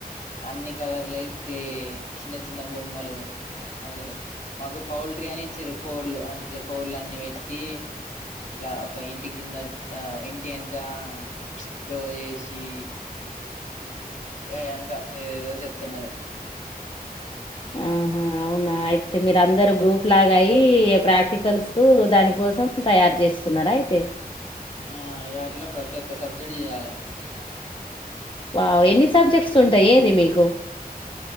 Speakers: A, on the left; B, on the left.
A: అన్ని కలర్లు ఇట్ చిన్న చిన్న బొమ్మలు అది మాకు పౌల్ట్రీ అని ఇచ్చిరు. కోళ్లు అంటే ఇట్లా కోళ్లు అన్ని పెట్టి ఇట్లా ఒక ఇంటి కింద ఇంటి అని కా ద్రో చేసి ఏ ఎంత ఇదిదో చెప్తున్నది
B: ఆహా అవునా అయితే మీరు అందరు గ్రూప్ లాగా, అయి ప్రాక్టికల్స్ కు దాని కోసం తయారు చేస్తున్నారా. అయితే
A: ఆ ఇగ అట్లా
B: ఆ
A: ప్రతి ఒక్క
B: అట్ల
A: సబ్జెక్ట్
B: ప్రతిఒక్క
A: చేయాలి
B: సబ్జెక్ట్ కు చేయాలా వాలిస్ సబ్జెక్ట్స్ ఉంటాయి ఏంది మీకు కు